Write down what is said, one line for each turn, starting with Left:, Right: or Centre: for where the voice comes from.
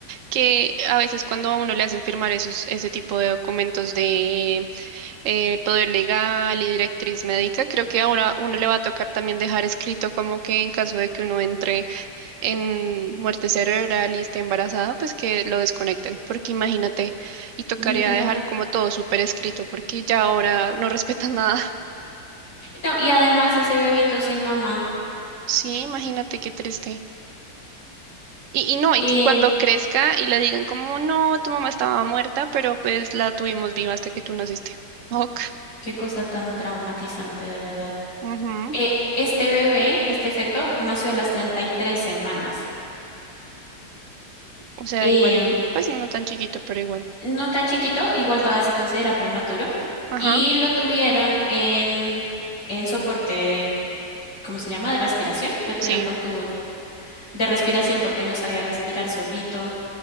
Right: Que a veces cuando a uno le hacen firmar esos, ese tipo de documentos de eh, poder legal y directriz médica, creo que ahora uno le va a tocar también dejar escrito como que en caso de que uno entre en muerte cerebral y esté embarazada, pues que lo desconecten, porque imagínate, y tocaría
Left: literal.
Right: dejar como todo súper escrito, porque ya ahora no respetan nada. <laughs>
Left: No, y además ese bebito sin mamá,
Right: Sí, imagínate qué triste. Y, y no, y
Left: em,
Right: cuando crezca y le digan como, no, tu mamá estaba muerta, pero pues la tuvimos viva hasta que tú naciste. Ok.
Left: qué cosa tan traumatizante de verdad.
Right: Ujú.
Left: Eh, este bebé, este feto, nació a las 33 semanas.
Right: O sea,
Left: Em,
Right: igual, pues no tan chiquito, pero igual.
Left: no tan chiquito, igual todavía se considera prematuro,
Right: Ajá,
Left: y lo tuvieron en, en soporte, de- ¿cómo se llama?, de respiración, lo tuvieron
Right: sí,
Left: con tubos de respiración porque no sabía respirar solito,